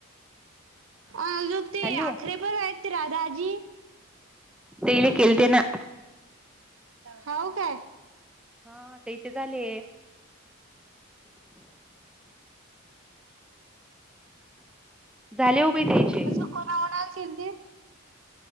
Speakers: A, on the right; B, in the centre.
A: अजूक ते
B: हॅलो
A: आखरे पर आहेत ते राधाजी.
B: तेले केलते ना.
A: होव काय?
B: हं तई चे झाले. झाले हो बई तईचे.
A: अजू कोणा कोणाल केलती?